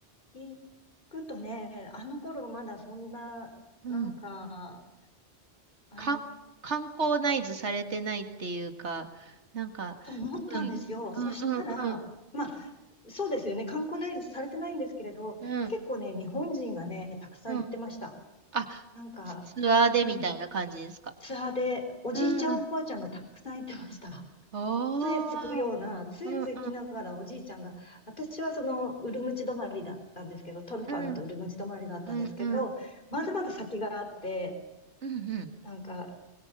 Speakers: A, on the left (about 45°); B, on the right (about 80°).
A: 行くとね、あの頃まだそんな、
B: うん。
A: なんか、あれ、
B: 観観光ナイズされてないっていうか、なんか、
A: と思ったんですよ。
B: うん、うん、
A: そしたら、
B: うん、うん、
A: まあ、そうですよね、観光ナイズされてないんですけれど、
B: うん、
A: 結構ね、日本人がね、たくさん行ってました。
B: うん。あ、
A: なんか、
B: ツツアーでみたいな感じですか。
A: うん、ツアーで、おじいちゃん、
B: うん。
A: おばあちゃんがたくさん行ってました。
B: おー。
A: 杖つくような、杖つきながらおじいちゃんが、
B: うん、うん、
A: 私はその、ウルムチ止まりだったんですけど、トルファンとウルムチ止まりだったんですけど、
B: うん、うん、うん、うん、
A: まだまだ先があって、
B: うん、う
A: なんか、